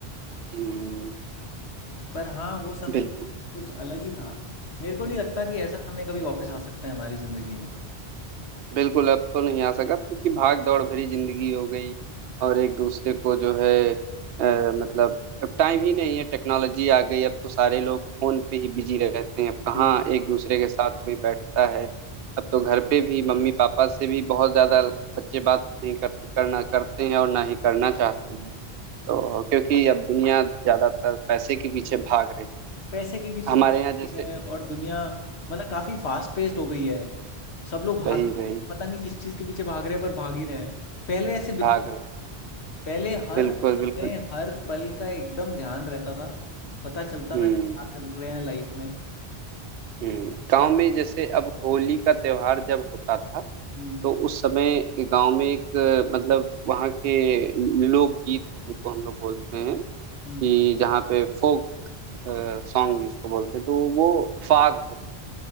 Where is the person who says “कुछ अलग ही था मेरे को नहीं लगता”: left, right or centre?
Left